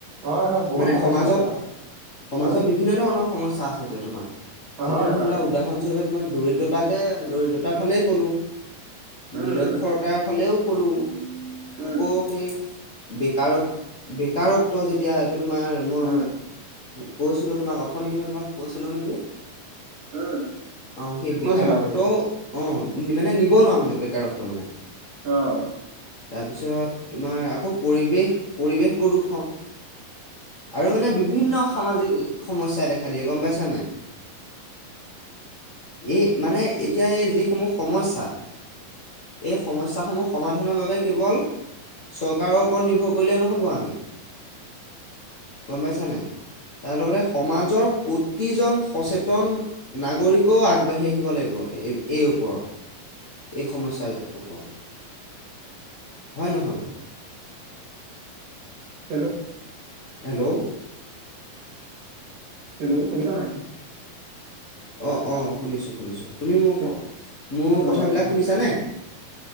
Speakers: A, on the right (about 75°); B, on the left (about 50°).
A: হয় হয় বহুত
B: মানে
A: সমস্যা
B: সমাজত,
A: এতিয়া
B: সমাজত
A: হয়,
B: বিভিন্ন ধৰণৰ সমস্যা আছে, এতিয়া তোমাৰ যেনে
A: হয়
B: ধৰিলোৱা,
A: হয়।
B: উদাহৰণস্বৰূপে, তোমাক দৰিদ্ৰতাকে দৰিদ্ৰতাৰ ফালেই গ'লোঁ
A: উম,
B: নিৰক্ষৰতাৰ
A: উম,
B: ফালেও কলোঁ,
A: উম,
B: আকৌ সেই বেকাৰত বেকাৰত্ব যেতিয়া এইটো তোমাৰ মই,
A: উম,
B: কৈছিলো তোমাক অথনি মই তোমাক কৈছিলো, নেকি
A: উম,
B: অ সেই বেকাৰত্ব,
A: কৈছিলা কৈছিলা।
B: অ মানে নিবনুৱা মানে বেকাৰত্ব মানে।
A: অঁ।
B: তাৰপিছত, তোমাৰ আকৌ পৰিৱেশ পৰিৱেশ প্ৰদূষণ। আৰু মানে বিভিন্ন সামাজিক সমস্যাই দেখা দিয়ে গম পাইছা নাই। এই মানে এতিয়া এই যিসমূহ সমস্যা, এই সমস্যাসমূহ সমাধানৰ বাবে কেৱল, চৰকাৰৰ ওপৰত নিৰ্ভৰ কৰিলে নহব আমি। গম পাইছা নাই, তাৰ লগতে সমাজৰ প্ৰতিজন সচেতন নাগৰিক। কোঁ আগবাঢ়ি আহিব লাগিব এই এই ওপৰত। এই সমস্যাৰ ওপৰত হয় নহয় বাৰু?
A: হেল্লো।
B: হেল্ল'
A: হেল্ল' শুনিছা নাই?
B: অঁ অঁ শুনিছোঁ শুনিছোঁ, তুমি মোক
A: হে-
B: মোৰ
A: অ', অ
B: কথাবিলাক শুনিছানে?